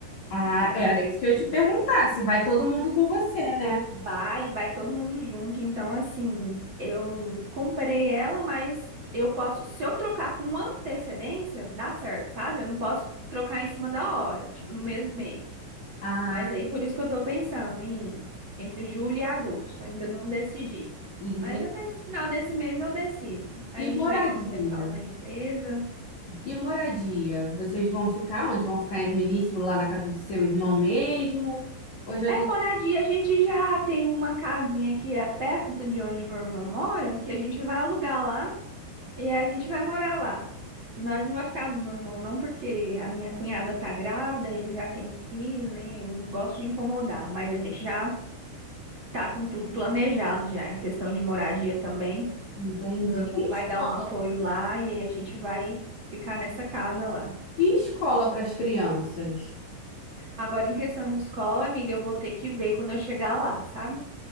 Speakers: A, on the left (about 60°); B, on the right (about 60°).
A: Ah,
B: Então,
A: era isso que eu ia te perguntar, se vai todo mundo com você, né?
B: Vai, vai todo mundo junto. Então, assim, eu comprei ela, mas eu posso, se eu trocar com antecedência, dá certo, sabe? Eu não posso trocar em cima da hora, tipo no mesmo mês.
A: Ah,
B: Mas aí, por isso que eu tô pensando em entre julho e agosto. Ainda não decidi.
A: entendi.
B: Mas até esse final desse mês eu decido. A
A: E
B: gente
A: moradia?
B: vê como que vai ficar lá na empresa.
A: E moradia? Vocês vão ficar onde? Vão ficar aí no início, lá na casa do seu irmão mesmo? Ou já
B: É,
A: tem...
B: moradia, a gente já tem uma casinha que é perto de onde meu irmão mora, que a gente vai alugar lá. E a gente vai morar lá. Nós não vai ficar no meu irmão, não, porque a minha cunhada tá grávida, ele já tem um filho, né? Eu não gosto de incomodar, mas a gente já tá com tudo planejado já, em questão de moradia também.
A: Entendi.
B: Meu irmão
A: E escola?
B: vai dar um apoio lá e aí a gente vai ficar nessa casa lá.
A: E escola para as crianças?
B: Agora, em questão de escola, amiga, eu vou ter que ver quando eu chegar lá, sabe?